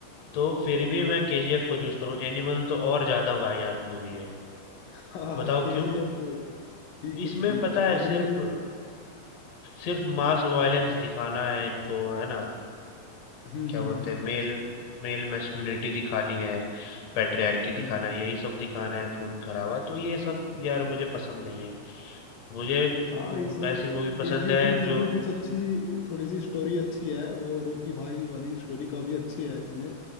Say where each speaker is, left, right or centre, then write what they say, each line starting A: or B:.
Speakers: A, on the left; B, on the left.
A: तो फिर
B: हम्म,
A: भी मैं केजीएफ को चूज करूँ एनिमल तो और ज्यादा वाहियात मूवी है
B: हाँ
A: बताओ
B: केजीएफ
A: क्यों
B: भी
A: इसमें
B: कुछ ठीक
A: पता
B: है
A: है
B: एनिमल
A: सिर्फ
B: में जो
A: सिर्फ मास वायलेंस दिखाना है इनको है ना अ,
B: हम्म
A: क्या
B: हम्म हम्म
A: बोलते हैं मेल मेल मैस्कुलिनिटी दिखानी है पैट्रियार्की
B: हम्म।
A: दिखाना है यही सब दिखाना है खून खराबा तो ये सब यार मुझे पसंद नहीं है मुझे
B: हाँ
A: म,
B: इसमें
A: ऐसी मूवी
B: केजीएफ
A: पसंद है
B: में फिर
A: जो
B: भी कुछ अच्छी थोड़ी सी स्टोरी अच्छी है वो रोकी भाई वाली स्टोरी काफी अच्छी है इसमें